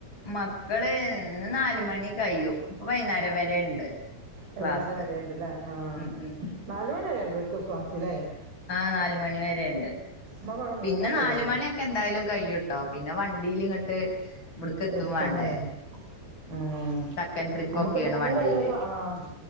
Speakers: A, on the left (about 30°); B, on the right (about 65°).
A: മക്കൾന്ന് നാല മണി കഴിയും ഇപ്പൊ വൈകുന്നേരം വരെണ്ട്
B: വൈകുന്നേരം
A: ക്ലാസ്
B: വരുണ്ട്ല്ലേ ആ
A: ഉം ഉം
B: നാല മണി വരുണ്ട് അവർക്ക്ും ക്ലാസ്സിലേ
A: ആഹ് നാലുമണി വരെണ്ട്
B: നമ്മക്ക് ഇവിടെ
A: പിന്നെ
B: മൂന്നര
A: നാല
B: വരെ ഒള്ളൂ
A: മണിയൊക്കെ എന്തായാലും കൈയ്യുട്ടോ പിന്നെ വണ്ടിൽ ഇവിടക്കത്തും
B: എത്ത്ണേള്ളൂ
A: വേണ്ടേ
B: ഉം
A: സെക്കൻഡ് ട്രിപ്പൊക്കെയാണ്
B: നമ്മുക്ക് മൂന്നരം
A: വണ്ടിയില്
B: അരക്കള ആഹ് ആഹ്